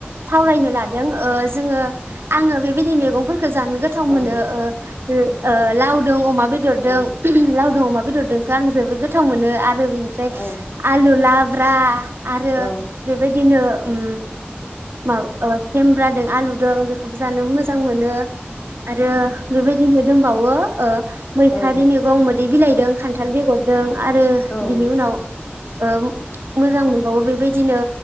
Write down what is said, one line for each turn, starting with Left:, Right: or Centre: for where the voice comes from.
Right: सावरायनो लादों ओजोंङो आंङो बेबायदि मैगं जानो गोथाव मोनो
Left: औ
Right: ओ ओ लावदों अमा बे बेदरदों
Left: औ
Right: अमा बेदरदोखो आं जोबोद गोथाव मोनो आरो बिनिफ्राय
Left: औ
Right: आलु ला ब्रा आरो
Left: औ
Right: बेबायदिनो ओम बा सेमब्रा दों आलु दों जानो मोजां मोनो आरो बेबायदिनो दंबावो ओ मैथारि
Left: औ
Right: मैगं मोैदै बिलाइ दों खान्थाल बेगरदों आरो
Left: औ
Right: बिनि उनाव ओं मोजां मोनबावो बेबायदिनो